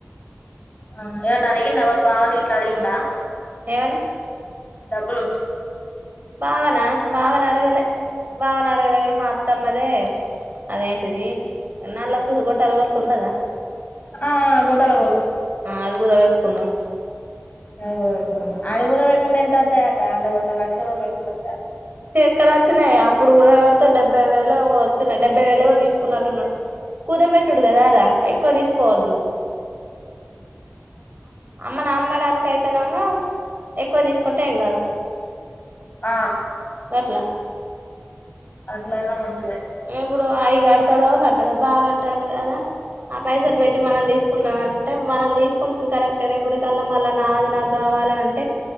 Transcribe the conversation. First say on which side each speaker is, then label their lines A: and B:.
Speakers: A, on the left (about 40°); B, on the right (about 45°).
A: ఆ ఏవన్ అడిగిండా వాడు బావనిట్లా అడిగండ
B: ఏమని
A: డబ్బులు
B: బావన బావన అడగలే బావన అడగలే కానీ మా అత్తమ్మదే అదేంటిది నల్లప్పుూ గుట్టలగల్సి ఉండదా
A: ఆ గొట్టాల గొలుసు
B: అది గూడా వెట్కున్నా
A: అది అది కుదవ పెట్టినవా అది కుదవ పెటుకుంటే ఎంత అత్తయ్ గ అంత ఉడతా లక్ష రోలక్షలుంత
B: ఇక్కడ వచ్చినాయి అప్పుడు ఊర పెడితే డెబ్బై వేలేమో వొచ్ చినయ్ డెబ్బై వేలుమో తీసుకున్నట్టున్నడు కుదబెటుడుదరా ఎక్కువ తీసుకు పోవద్దు అమ్మను అమ్మడానికి అయితేనేమో ఎక్కువ తీసుకుంటే ఏం కాదు
A: ఆ
B: వట్లా
A: అట్లయిన మంచిదే
B: ఇప్పుడు ఆయిగడతాడో కట్టడో బావన్ టడు కదా ఆ పైసలు పెట్ టి మనం తీసుకుందాం అంటే మనం తీసుకు కుంటాం కరెక్ట్ రేపుడు కళ్ళ మళ్ళ నాది నాకు కావాల అంటే